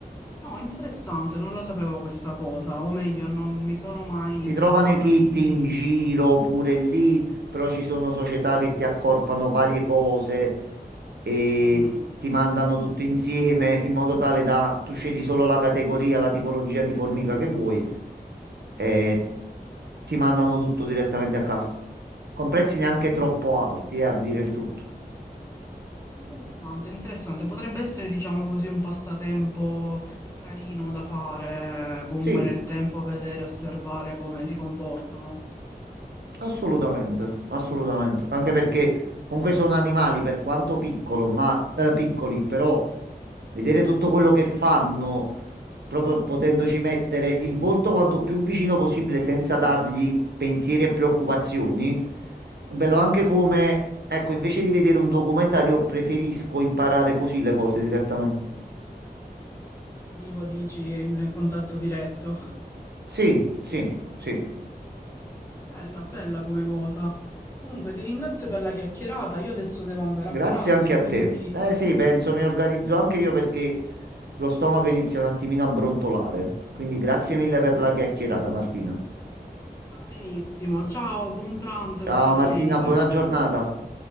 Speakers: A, on the left (about 15°); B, on the right (about 85°).
A: No, interessante, non la sapevo questa cosa, o meglio, non mi sono mai
B: Si
A: informata,
B: trovano i kit
A: quindi...
B: in giro pure lì, però ci sono società che ti accorpano varie cose e
A: mm,
B: ti mandano tutto insieme in modo tale da tu scegli solo la categoria, la tipologia di formica che vuoi e ti mandano tutto direttamente a casa, con prezzi neanche troppo alti, eh, a dire il tutto.
A: interessante, interessante. Potrebbe essere, diciamo così, un passatempo carino da fare, comunque
B: Sì.
A: nel tempo vedere, osservare come si comportano.
B: Assolutamente, assolutamente. Anche perché comunque sono animali per quanto piccolo, ma, eh, piccoli, però vedere tutto quello che fanno, proprio potendoci mettere il volto quanto più vicino possibile senza dargli pensieri e preoccupazioni, è bello anche
A: Mhm.
B: come, ecco, invece di vedere un documentario, preferisco imparare così le cose direttamente.
A: Dal vivo dici, in contatto diretto. <laughs>
B: Sì, sì, sì.
A: Bella, bella come cosa. Comunque ti ringrazio per la chiacchierata, io adesso devo andare
B: Grazie
A: a pranzo,
B: anche a
A: quindi...
B: te. Eh sì, penso mi organizzo anche io perché lo stomaco inizia un attimino a brontolare. Quindi grazie mille per la chiacchierata, Martina.
A: Va benissimo, ciao, buon pranzo e
B: Ciao
A: buona domenica.
B: Martina, buona giornata.